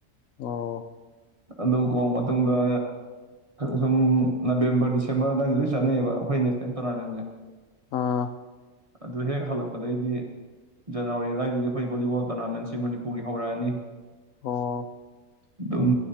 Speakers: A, on the left (about 85°); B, on the right (about 30°).
A: ꯑꯣ
B: ꯑꯗꯨ ꯀꯣꯛ ꯃꯇꯨꯡꯗ ꯁꯨꯝ ꯅꯕꯦꯝꯕꯔ ꯗꯤꯁꯦꯝꯕꯔ ꯑꯗꯥꯏꯗ ꯂꯣꯏ ꯆꯠꯅꯩꯌꯦꯕ ꯑꯩꯈꯣꯏ ꯅꯦꯁꯅꯦꯜ ꯇꯣꯔꯅꯥꯃꯦꯟꯁꯦ
A: ꯑꯥ
B: ꯑꯗꯨ ꯍꯦꯛ ꯍꯟꯂꯛꯄꯩꯗꯗꯤ ꯖꯥꯅꯨꯋꯔꯤ ꯑꯗꯥꯏꯗꯩꯗꯤ ꯚꯣꯂꯤꯕꯣꯜ ꯇꯣꯔꯅꯃꯦꯟꯁꯤ ꯃꯅꯤꯄꯨꯔꯒꯤ ꯍꯧꯔꯛꯑꯥꯅꯤ
A: ꯑꯣ
B: ꯑꯗꯨꯝ